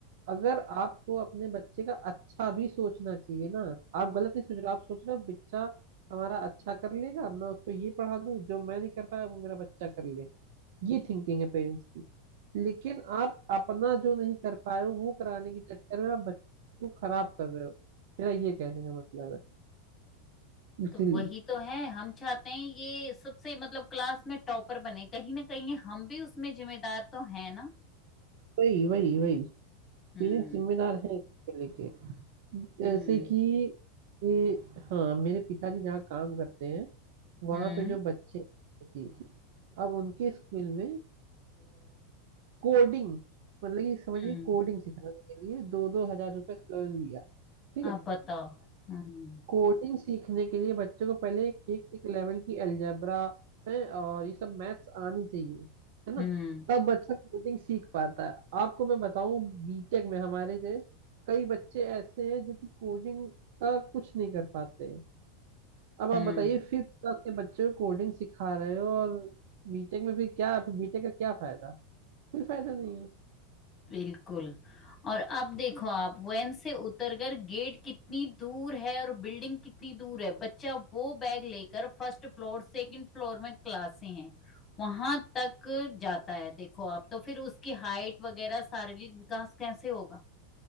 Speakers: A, on the right; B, on the left.
A: अगर आपको अपने बच्चे का अच्छा भी सोचना चाहिए ना आप गलत नहीं सोच रहे आप सोच रहे हो बच्चा हमारा अच्छा कर लेगा मैं उसको ये पढ़ा दूं जो मैं नहीं कर पाया वो मेरा बच्चा कर ले ये थिंकिंग है पेरेंट्स की लेकिन आप अपना जो नहीं कर पाए हो वो कराने के चक्कर में आप बच्चों को खराब कर रहे हो मेरा ये कहने का मतलब है इसीलिए
B: तो वही तो है हम चाहते हैं ये सबसे मतलब क्लास में टॉपर बने कहीं ना कहीं हम भी उसमें जिम्मेदार तो है ना
A: वही वही वही
B: हम्म
A: पेरेंट्स जिम्मेदार है इसको लेके
B: हम्म
A: जैसे कि ये हाँ मेरे पिताजी जहाँ काम करते हैं वहां
B: हम्म
A: पे जो बच्चे की थी अब उनके स्कूल में कोडिंग मतलब कि समझिए
B: हम्म
A: कोडिंग सिखाने के लिए दो दो हजार रुपए लिया ठीक
B: आप
A: है
B: बताओ हम्म
A: कोडिंग सीखने के लिए बच्चों को पहले एक एक, एक लेवल की अलजेब्रा है और ये सब मैथ्स आनी चाहिए है ना
B: हम्म
A: तब बच्चा कोडिंग सीख पाता है आपको मैं बताऊं बीटेक में हमारे जो कई बच्चे ऐसे हैं जो कि कोडिंग का कुछ नहीं कर पाते हैं अब
B: हम्म
A: आप बताइए फिफ्थ क्लास के बच्चों को कोडिंग सिखा रहे हो और बीटेक में फिर क्या बीटेक का क्या फायदा कोई फायदा नहीं है
B: बिल्कुल और अब देखो आप वैन से उतरकर गेट कितनी दूर है और बिल्डिंग कितनी दूर है बच्चा वो बैग लेकर फर्स्ट फ्लोर सेकंड फ्लोर में क्लासें हैं वहां तक जाता है देखो आप तो फिर उसकी हाइट वगैरह शारीरिक विकास कैसे होगा